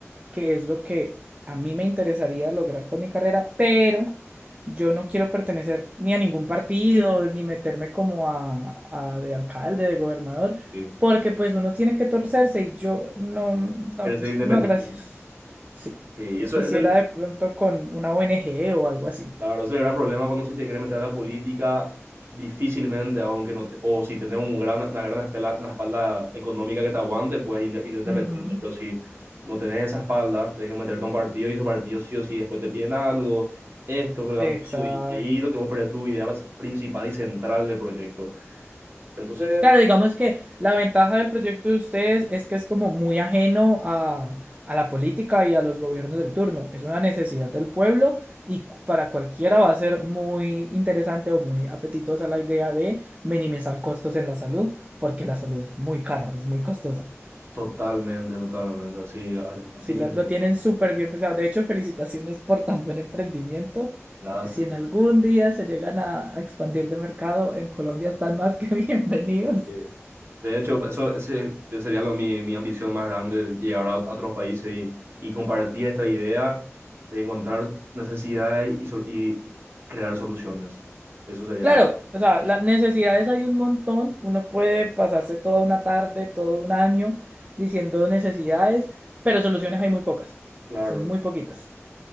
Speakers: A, on the right; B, on the right.
A: que es lo que a mí me interesaría lograr con mi carrera, pero yo no quiero pertenecer ni a ningún partido, ni meterme como a, a de alcalde, de gobernador,
B: sí.
A: porque pues uno tiene que torcerse y yo no, no,
B: Quiere
A: pues,
B: ser independiente.
A: no, gracias. Sí.
B: Sí, eso
A: Quisiera
B: es
A: de pronto con una ONG o algo así.
B: Claro, ese es el gran problema cuando si te quieres meter a la política, difícilmente, aunque no te- o si tenés un gran, una gran espela- una espalda económica que te aguante, puedes ir, ir independiente.
A: Ujú,
B: Pero si no tenés esa espalda, tenés que meterte a un partido y esos partidos sí o sí después te piden algo, esto, creo que
A: Exacto.
B: los pillos, y y ahí lo que vos perdés tu idea principal y central del proyecto. Entonces,
A: Claro, digamos que la ventaja del proyecto de ustedes es que es como muy ajeno a, a la política y a los gobiernos del turno. Es una necesidad del pueblo y cu- para cualquiera va a ser muy interesante o muy apetitosa la idea de minimizar costos en la salud, porque la salud es muy cara, es muy costosa.
B: totalmente, totalmente, así, así, así
A: Sí,
B: mismo.
A: la- lo tienen súper bien pensado. De hecho, felicitaciones por tan buen emprendimiento.
B: Gracias.
A: Eh, Si en algún día se llegan a, a expandir de mercado, en Colombia están más que <laughs> bienvenidos.
B: Eh, De hecho, eso ese sería lo, mi, mi ambición más grande, llegar a, a otros países y, y compartir esta idea de encontrar necesidades y, sol- y crear soluciones. Eso sería,
A: Claro, o sea, las necesidades hay un montón. Uno puede pasarse toda una tarde, todo un año diciendo necesidades, pero soluciones hay muy pocas.
B: claro,
A: Son muy poquitas.